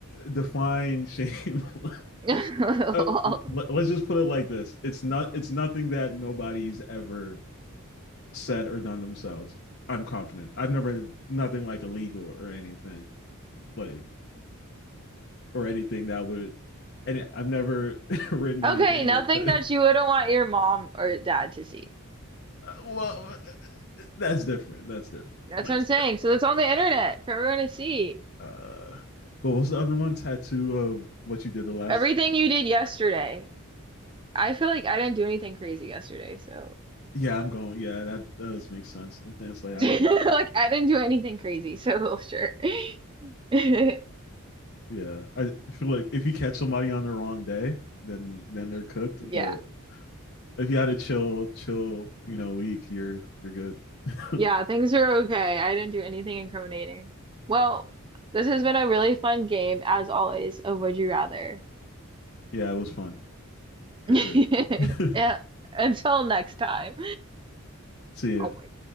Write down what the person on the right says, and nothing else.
<laughs>
Okay, nothing
that you wouldn't want your mom or dad to see.
That's
what I'm saying. So it's on the internet for everyone to see.
Everything you did yesterday. I feel like I didn't do anything crazy yesterday, so
<laughs>
like
I didn't do anything crazy, so <laughs> sure. <laughs>
Yeah.
Yeah, things are okay. I didn't do anything incriminating. Well, this has been a really fun game, as always, of Would You Rather.
<laughs>
Yeah, until next time.
Oh
my